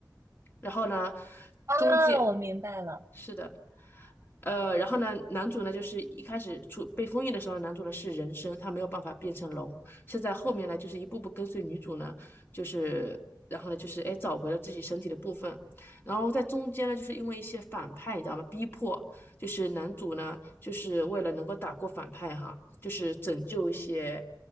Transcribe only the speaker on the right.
啊，
我明白了